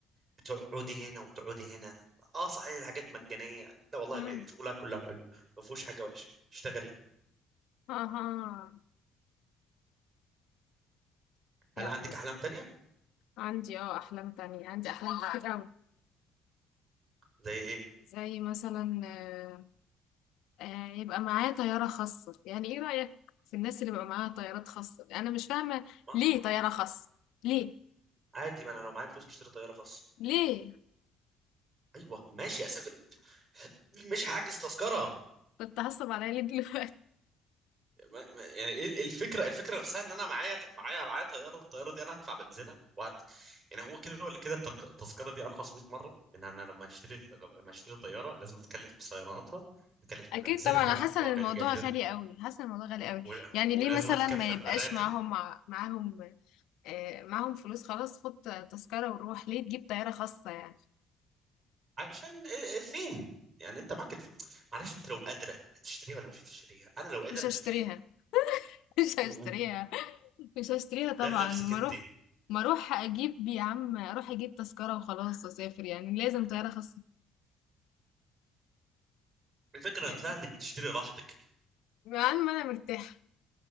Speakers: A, on the right; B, on the left.
A: بتقعدي هنا وبتقعدي هنا اه صحيح الحاجات مجانيه لا والله
B: مم.
A: بي- شغلها كله حلو ما فيهوش حاجه وحشه اشتغلي
B: أها يلا
A: هل عندك احلام تانية
B: عندي اه أحلام تانية عندي أحلام والله كتير أوي
A: زي ايه
B: زي مثلا آه، آه، يبقى معايا طيارة خاصة يعني ايه رأيك في الناس اللي بيبقى معاها طيارات خاصة أنا مش فاهمة
A: ما
B: ليه طيارة خاصة ليه
A: عادي ما انا لو معايا فلوس اشتري طياره خاصه
B: ليه
A: ايوه ماشي اسافر مش هحجز تذكره
B: كنت هصب عليا ليه دلوقتي
A: ما ما- يعني ايه ال- الفكره الفكره نفسها ان انا معايا معايا معايا طياره الطياره دي انا هدفع بنزينه وهت يعني هو كده ولا كده الترك- التذكره دي ارخص 100 مره لان انا لما اشتري لما اشتري طياره لازم اتكلف بصياناتها اتكلف
B: <laughs> أكيد
A: ببنزينها
B: طبعا أنا حاسة
A: اللي هو
B: إن الموضوع
A: غالي جدا
B: غالي أوي حاسة إن الموضوع غالي أوي
A: و...
B: يعني
A: ولازم
B: ليه مثلا
A: اتكفل
B: ما يبقاش
A: بالراتب
B: معاهم مع- معاهم آه، معاهم فلوس خلاص خد تذكرة وروح ليه تجيب طيارة خاصة يعني
A: عشان إيه- إيه فين يعني انت معاك الف... معلش انت لو قادره هتشتريها ولا مش هتشتريها انا لو قادر
B: مش هشتريها
A: هشتريها
B: <laughs> مش هشتريها
A: م- م.
B: مش هشتريها
A: ده
B: طبعا
A: لنفسك
B: ما
A: انت
B: اروح ما اروح اجيب يا عم اروح اجيب تذكرة وخلاص واسافر يعني لازم طيارة خاصة
A: الفكره
B: لا.
A: نفسها انك بتشتري راحتك
B: مع ان ما انا مرتاحة